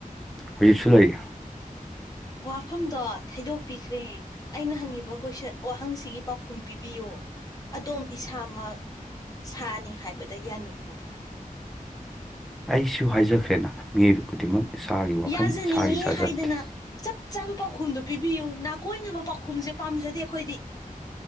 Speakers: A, in the centre; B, on the left (about 25°).
A: ꯍꯧꯖꯤꯛꯁꯨ ꯂꯩꯔꯤ
B: ꯋꯥꯐꯝꯗꯣ ꯊꯩꯗꯣꯛꯄꯤꯈ꯭ꯔꯦ ꯑꯩꯅ ꯍꯪꯉꯤꯕ ꯀꯣꯏꯁꯟ ꯋꯥꯍꯪꯁꯤꯒꯤ ꯄꯥꯎꯈꯨꯝ ꯄꯤꯕꯤꯌꯣ ꯑꯗꯣꯝ ꯏꯁꯥꯃꯛ ꯁꯥꯅꯤ ꯍꯥꯏꯕꯗ ꯌꯥꯅꯤꯡꯉꯕ꯭ꯔꯥ
A: ꯑꯩꯁꯨ ꯍꯥꯏꯖꯈ꯭ꯔꯦꯅ ꯃꯤꯑꯣꯏꯕ ꯈꯨꯗꯤꯡꯃꯛ ꯏꯁꯥꯒꯤ
B: ꯌꯥꯖꯅꯤꯡꯉꯤ
A: ꯋꯥꯈꯜ ꯏꯁꯥꯒꯤ ꯁꯥꯥꯖꯠ
B: ꯍꯥꯏꯗꯅ ꯆꯞ ꯆꯥꯕ ꯄꯥꯎꯈꯨꯝꯗꯣ ꯄꯤꯕꯤꯌꯨ ꯅꯥꯀꯣꯏꯅꯕ ꯄꯥꯎꯈꯨꯝꯁꯦ ꯄꯥꯝꯖꯗꯦ ꯑꯩꯈꯣꯏꯗꯤ